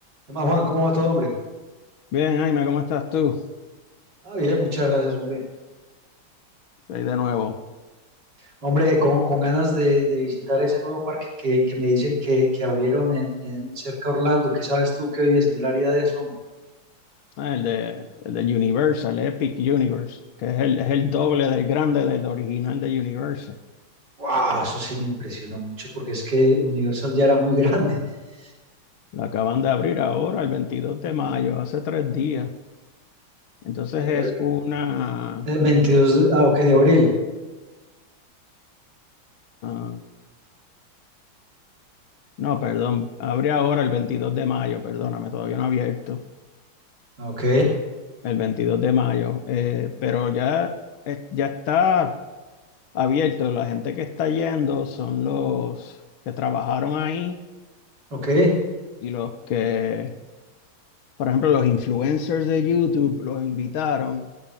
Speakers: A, on the right; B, on the left.
A: ¿Qué más, Juan? ¿Cómo va todo, hombre?
B: Bien, Jaime, ¿cómo estás tú?
A: Ah, bien, muchas gracias, hombre.
B: Ahí de nuevo.
A: Hombre, con, con ganas de, de visitar ese nuevo parque que, que me dicen que, que abrieron en, en cerca de Orlando. ¿Qué sabes tú que vives en el área de eso, hombre?
B: Ah, el de, el de Universal, Epic Universe, que es el, es el doble del grande del original de Universal.
A: Wow, eso sí me impresiona mucho porque es que Universal ya era muy grande. <laughs>
B: Lo acaban de abrir ahora, el 22 de mayo, hace tres días. Entonces
A: Eh,
B: es una...
A: eh, 22 de, ah, ok, de abril.
B: ah, no, perdón, abre ahora el 22 de mayo, perdóname, todavía no ha abierto
A: Ah, Ok,
B: el 22 de mayo, eh, pero ya, eh, ya está abierto. La gente que está yendo son los que trabajaron ahí
A: ok.
B: y los que, por ejemplo, los influencers de YouTube los invitaron